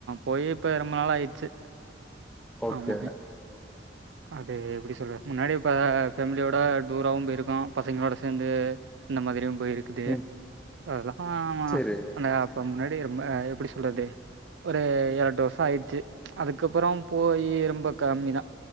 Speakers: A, on the right; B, in the centre.
A: போய் இப்ப ரொம்ப நாள் ஆயிடுச்சு
B: ஓகேக
A: ஆமாங்க அது எப்டி சொ டுவ முன்னாடி இப்ப ஃபேமிலியோட டூராவு போயிருக்கோ பசங்களோட சேர்ந்து இந்த மாதிரியு போயிருக்குது
B: ம்
A: அதலா
B: சேரி
A: அந்த அப்ப முன்னாடி ரொம்ப எப்டி சொல்றது ஒரு இரண்டு வருஷொ ஆயிடுச்சு அதுக்கப்பறொம் போயி ரொம்ப கம்மிதா